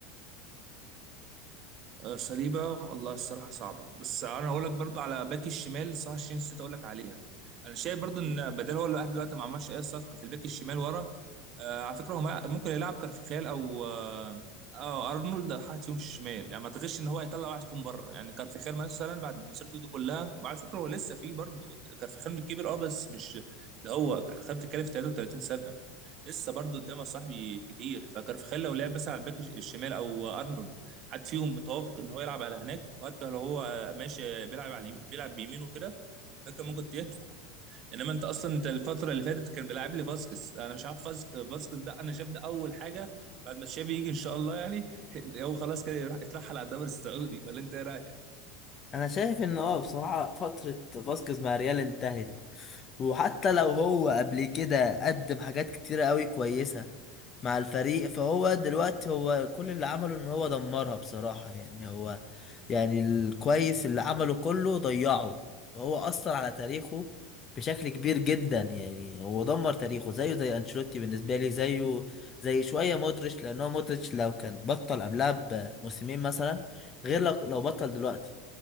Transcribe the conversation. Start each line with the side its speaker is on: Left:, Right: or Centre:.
Right: آه، صليبة والله الصراحة صعبة بس أنا هقول لك برضو على باك الشمال الصراحة الشين نسيت أقول لك عليها أنا شايف برضو إن بدل هو لوحده دلوقتي ما عملش أي صفقة في الباك الشمال ورا آه على فكرة هو ممكن يلعب كارفخال أو آه آه، أرنولد أو حد فيهم في الشمال يعني ما أعتقدش إن هو هيطلع واحد فيهم بره يعني كارفخال مثلا بعد مسيرته دي كلها وعلى فكرة هو لسه فيه برضو كارفخال كبير أه بس مش ده هو كارفخال بتتكلم في 33 سنة لسه برضو قدامه صاحبي كتير فكارفخال لو لعب مثلا على الباك الشمال أو حد فيهم متوافق ان هو يلعب على هناك وحتى لو هو ماشي بيلعب على اليمين- بيلعب بيمينه كده فكان ممكن تنفع انما انت اصلا انت الفتره اللي فاتت كان بيلعب لي فاسكس انا مش عارف فاسك- فاسكس ده انا شايف ده اول حاجه بعد ما تشافي يجي ان شاء الله يعني <laughs> اللي هو خلاص كده يروح يترحل على الدوري السعودي ولا انت ايه رايك؟
Left: انا شايف ان اه بصراحه فتره فاسكيز مع الريال انتهت وحتى لو هو قبل كده قدم حاجات كتيرة قوي كويسة مع الفريق فهو دلوقتي هو كل اللي عمله ان هو دمرها بصراحة يعني هو يعني الكويس اللي عمله كله ضيعه هو أثر على تاريخه بشكل كبير جدا يعني هو دمر تاريخه زيه زي أنشيلوتي بالنسبة لي زيه زي شوية مودريتش لأن هو مودريتش لو كان بطل قبلها بموسمين مثلا غير لو لو بطل دلوقتي